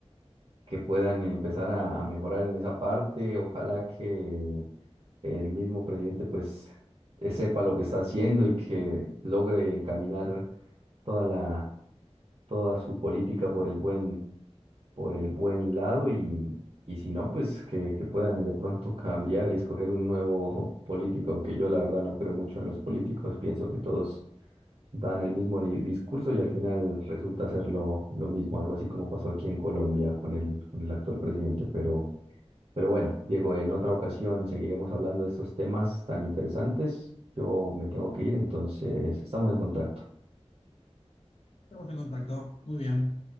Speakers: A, on the right (about 55°); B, on the left (about 60°).
A: que puedan empezar a, a mejorar en esa parte, ojalá que el mismo presidente pues eh, sepa lo que está haciendo y que logre encaminar toda la toda su política por el buen por el buen lado y, y si no, pues que, que puedan de pronto cambiar y escoger un nuevo <laughs> político, aunque yo la verdad no creo mucho en los políticos, pienso que todos dan el mismo ni- discurso y al final resulta ser lo, lo mismo, algo así como pasó aquí en Colombia con el, con el actual presidente, pero, pero bueno, Diego, en otra ocasión seguiremos hablando de estos temas tan interesantes. Yo me tengo que ir, entonces estamos en contacto.
B: Estamos en contacto, muy bien.